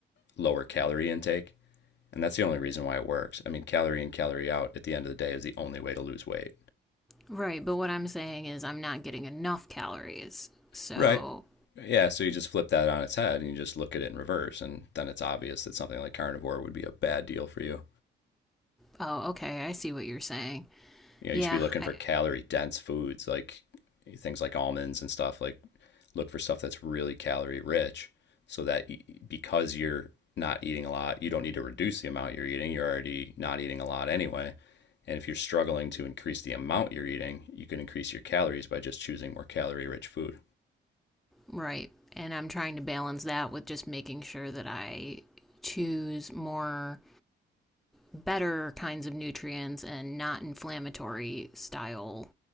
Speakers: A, on the left; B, in the centre.
A: lower calorie intake and that's the only reason why it works. I mean, calorie in, calorie out at the end of the day is the only way to lose weight.
B: Right, but what I'm saying is I'm not getting enough calories. So,
A: Right. Yeah, so you just flip that on its head and you just look at it in reverse, and then it's obvious that something like carnivore would be a bad deal for you.
B: oh, okay, I see what you're saying.
A: you know
B: Yeah,
A: you should be looking
B: I,
A: for calorie dense foods like things like almonds and stuff like look for stuff that's really calorie rich so that because you're not eating a lot you don't need to reduce the amount you're eating you're already not eating a lot anyway and if you're struggling to increase the amount you're eating you can increase your calories by just choosing more calorie rich food
B: right. And I'm trying to balance that with just making sure that I choose more better kinds of nutrients and not inflammatory style